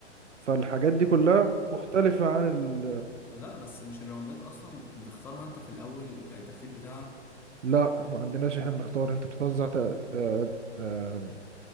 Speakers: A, on the right; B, in the centre.
A: فالحاجات دي كلها مختلفة عن
B: لا بس مش الراوندات اصلا بتختارها انت في الاول آه، الترتيب بتاعها
A: لا ما عندناش احنا بنختار انت بتتوزع ت... ت... آم،